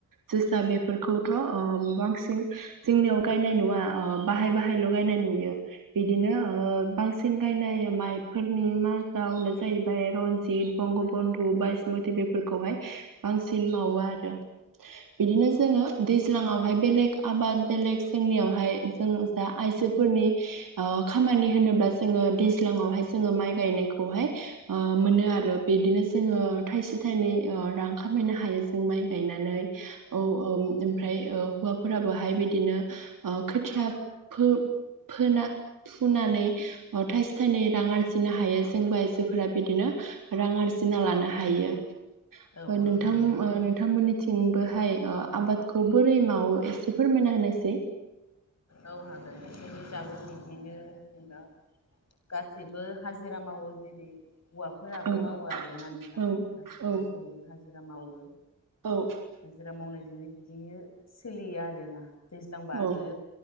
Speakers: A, on the right (about 85°); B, on the left (about 55°).
A: जोसा बेफोरखौथ ओ बांसिन जोंनियाव
B: औ
A: गायनाय नुवा अ बाहाय बाहाय ल गायनाय नुयो बिदिनो ओ बांसिन गायनाय माइ फोरनि मा दावनो जायो बाय रनजित, बंगबन्दु बायसमथि बेफोरखौहाय बांसिन मावो आरो बिदिनो जोङो दैल्जां आवहाय बेेलेग आबाद बेेलेग जोंनियावहाय जों जा आइजोफोरनि ओ खामानि होनोब्ला जोङो दैज्लाङावहाय जोङो माइ गायनायखौ खौहाय ओ मोनो आरो बिदिनो जोङो थाइसे थाइनै ओ रां खामायनो हायो जों माइ गायनानै औ ओम ओमफ्राय हौ फोराबोहाय बिदिनो ओ खोथिया फो-फोना-फुनानै अ थाइसे थाइनै रां आरजि जिनो हायो। जोंबो आइजोफोरा बिदिनो रां आरजिना लानो हायो। ओ
B: औ औ
A: नोंथां
B: नंगौ
A: ओ‌नोंथांमोननि थिंबोहाय ओ आबाद खौ बोरै मावो एसे फोरमायना होनायसै?
B: औ हागोन। जोंनि दाबो बिदिनो जेनेबा गा सिबो हाजिरा मावो जेरै हौवाफोराबो
A: औ
B: मावो आरो ना नोंथां
A: औ
B: गासिबो
A: औ
B: जेरै हाजो हाजिरा मावो।
A: औ
B: हाजिरा मावनायजोंनो बिदिनो सोलियो आरोना दैज्लांबा
A: औ
B: आरो